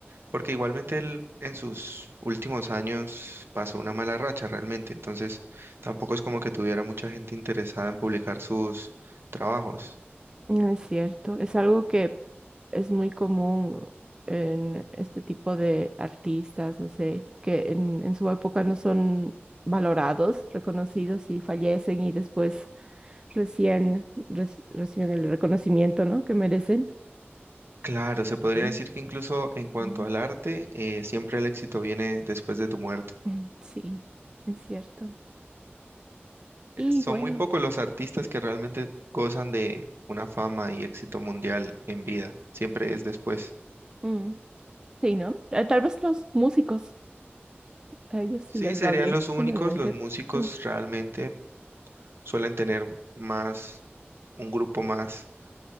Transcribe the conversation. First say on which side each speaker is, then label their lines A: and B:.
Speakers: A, on the right (about 65°); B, on the right (about 20°).
A: Porque igualmente él en sus últimos años pasó una mala racha realmente, entonces tampoco es como que tuviera mucha gente interesada en publicar sus trabajos.
B: No es cierto, es algo que es muy común en este tipo de artistas, no sé, que en, en su época no son valorados, reconocidos y fallecen y después recién reci- reciben el reconocimiento, ¿no? que merecen.
A: Claro, se podría
B: Ujú,
A: decir que incluso en cuanto
B: ujú.
A: al arte, eh, siempre el éxito viene después de tu muerte.
B: Mm, Sí, es cierto. Y
A: Eh, Son
B: bueno,
A: muy pocos los artistas que realmente gozan de una fama y éxito mundial en vida, siempre es después.
B: mm, sí, ¿no? Eh, Tal vez los músicos, a ellos sí
A: Sí,
B: les
A: serían
B: va bien,
A: los únicos,
B: generalmente.
A: los músicos
B: Mm,
A: realmente suelen tener más, un grupo más